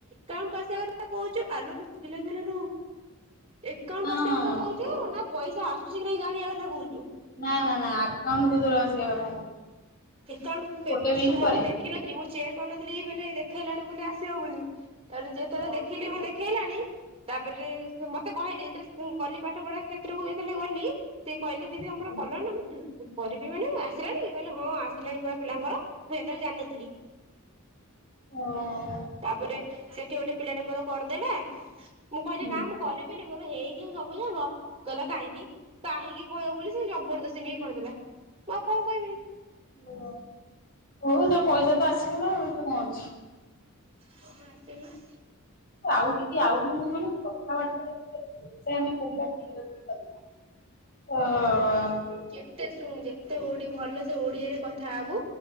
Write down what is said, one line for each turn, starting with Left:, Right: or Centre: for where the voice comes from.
Right: କଣ କଇସା କଥା କହୁଛୁ ଆଲୋଲୋ ଚୁଟି ଲାଗିଗଲାଲୋ। ଏକାଉଣ୍ଟ
Left: ହଁ
Right: ଆସିବା
Left: ହଁ
Right: କଥା କହୁଛୁ ନା ପଇସା ଆସୁଛି କି ନାହିଁ ଜାଣିବା କଥା କହୁଛୁ?
Left: ନା ନା ନା ଆକାଉଣ୍ଟ କୁ ଯୋଉ ଆସିବା କଥା ମୁଁ କହୁଛି।
Right: ଏକାଉଣ୍ଟ୍ କୁ ମୁଁ ପେମେଣ୍ଟ
Left: ଗୋଟେ ୱିକ୍
Right: ସୁ ମୁଁ
Left: ପରେ
Right: ଦେଖିନଥିଲି ମୁଁ ଚେକ୍ କରିନଥିଲି ମାନେ ଦେଖେଇଲାଣି ବୋଲି ଆସିବ ବୋଲି। ତାପରେ ଯେତେବେଳେ
Left: ହଁ
Right: ଦେଖିଲି ମୁଁ ହେଲାଣି ତାପରେ ମତେ କହିଲେ ଯେତେବେଳେ କଲି ପାଠ ପଢ଼ା କ୍ଷେତ୍ରକୁ ଯେତେବେଳେ ଗଲି ସିଏ କହିଲେ ଦିଦି ତମର
Left: ହୁଁ।
Right: କଲଣିନା ନା କରିବି ମାନେ ଆସିଲାଣ କହିଲେ ହଁ ଆସିଲାଣି ପୁରା ପିଲାଙ୍କର ମୁଁ ସେତେବେଳେ ଜାଣିନଥିଲି
Left: ଓ ଓ ଓ
Right: ତାପରେ ସେଠି ଗୋଟେ ପିଲାଟେ ମୋର କରିଦେଲା ମୁଁ କହିଲି
Left: ହୁଁ।
Right: ନା ମୁଁ କରିବିନି ମୋର ହେଇଯିବ ସବୁ ଜାଙ୍କ କହିଲା କାହିଁକି? କାହିଁକି କହିବ ବୋଲି ସେ ଜବରଦସ୍ତି ନେଇ କରିଦେଲା ମୁଁ ଆଉ କଣ କହିବି?
Left: ଓ ହଉ ତୋର ପଇସା ତ ଆସିଗଲା ହେଥୀରେ କଣ ଅଛି।
Right: ହଁ ଆସିଲା।
Left: ଏ ଆଉ ଟିକେ ଆଉ କଣ ଦେଖିଆ କହିଲୁ କଥାବାର୍ତ୍ତା ଟା ଟିକେ ତ ଆମ୍
Right: ତେ ଶୁଣ ଯେତେ ଓଡ଼ି ଭଲ ସେ ଓଡ଼ିଆରେ କଥା ହବୁ